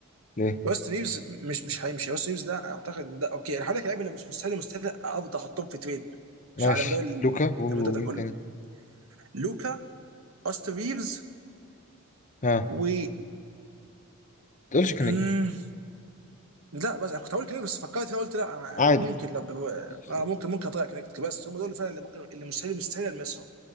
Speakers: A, on the left; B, on the right.
A: ليه
B: راست ريفز مش مش هيمشي راست ريفز ده اعتقد ده اوكي انا هقول لك لعيبه اللي مش مستاهل مستاهل افضل احطهم في تريد
A: ماشي
B: مش على مدار ال-
A: لوكا و-
B: المدار
A: ومين
B: ده كله
A: تاني
B: لوكا راست ريفز
A: ها ما
B: و
A: تقولش كونكت
B: مم، لا بس أنا كنت هقول كده بس فكرت فيها قلت لا انا
A: عادي
B: أنا ممكن لو ب-
A: مفيش.
B: آه، ممكن ممكن اضيع كونكت بس هم دول اللي فعلا اللي ممكن اللي مستحيل مستحيل المسهم